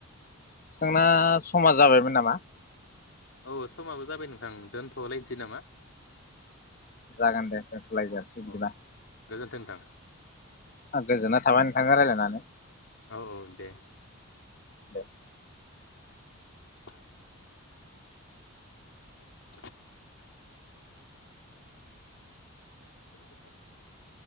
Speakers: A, on the left; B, on the left.
A: जोंना समा जाबायमोन नामा?
B: औ समाबो जाबाय नोंथां दोनथ'लायदि नामा?
A: जागोन दे दोनथ'लाय जसै
B: औ
A: बिदिबा
B: गोजोन्थों नोंथां
A: आ गोजोन थाबानो थांङो राय्लायनानै।
B: औ औ दे
A: दे
B: <inaudible> <unintelligible> <unintelligible>